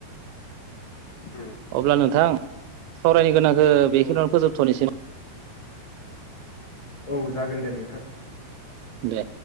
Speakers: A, on the left (about 40°); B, on the right (about 85°).
A: उम
B: अब्ला नोंथां सावरायनो गोनांखौ बेखिल'नो
A: औ
B: फोजोबथ'नोसै।
A: औ जागोन दे नोंथां
B: दे